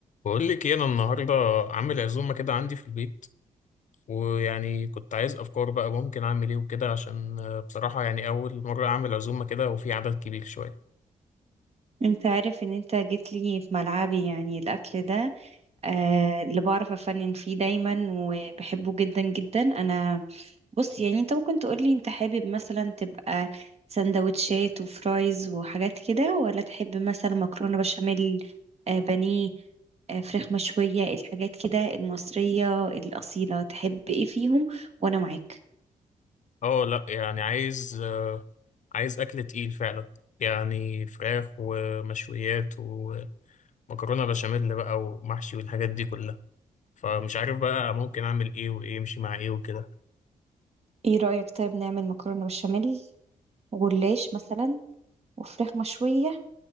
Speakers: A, on the left; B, on the right.
A: بقول لك ايه انا النهارده عامل عزومه كده عندي في البيت ويعني كنت عايز افكار بقى ممكن اعمل ايه وكده عشان آه، بصراحه يعني اول مره اعمل عزومه كده وفي عدد كبير شويه
B: انت عارف ان انت جيت لي في ملعبي يعني الاكل ده آه اللي بعرف افنن فيه دايما وبحبه جدا جدا انا بص يعني انت ممكن تقولي انت حابب مثلا تبقى سندوتشات وفرايز وحاجات كده ولا تحب مثلا مكرونة بشاميل آه بانيه آه فراخ مشوية الحاجات كده المصرية الأصيلة تحب ايه فيهم وانا معاك
A: اه لا يعني عايز آه، عايز اكل تقيل فعلا يعني فراخ ومشويات ومكرونه بشاميل بقى ومحشي والحاجات دي كلها فمش عارف بقى ممكن اعمل ايه وايه يمشي مع ايه وكده
B: ايه رأيك طيب نعمل مكرونة بشاميل وجلاش مثلا وفراخ مشوية